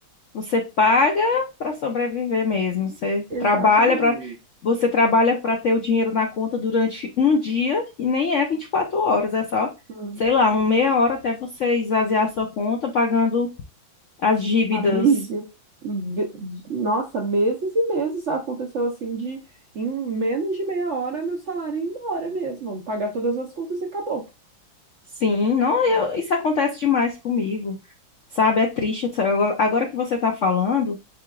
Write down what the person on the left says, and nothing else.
Você paga para sobreviver mesmo. Você
trabalha para você trabalha para ter o dinheiro na conta durante um dia e nem é 24 horas, é só,
sei lá, uma meia hora até você esvaziar a sua conta pagando as dívidas
Sim, não, eu- isso acontece demais comigo, sabe? É triste. sabe? Agora agora que você está falando,